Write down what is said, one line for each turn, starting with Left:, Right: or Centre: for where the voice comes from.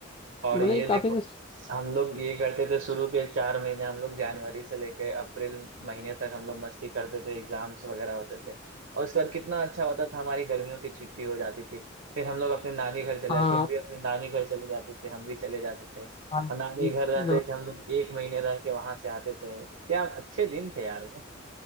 Right: और
Left: मतलब
Right: ये
Left: ये
Right: देखो
Left: काफी से
Right: हम लोग ये करते थे शुरू के चार महीने हम लोग जनवरी से लेके अप्रैल महीने तक हम लोग मस्ती करते थे एग्जाम्स वगैरह होते थे और उसके बाद कितना अच्छा होता था हमारी गर्मियों की छुट्टी हो जाती थी फिर हम लोग अपने नानी घर चले
Left: हाँ
Right: जाते तुम भी अपने नानी घर चले जाते थे हम भी चले जाते थे
Left: भाई,
Right: और नानी घर रहते
Left: ना
Right: थे हम लोग एक महीने रह के वहां से आते थे क्या अच्छे दिन थे यार वो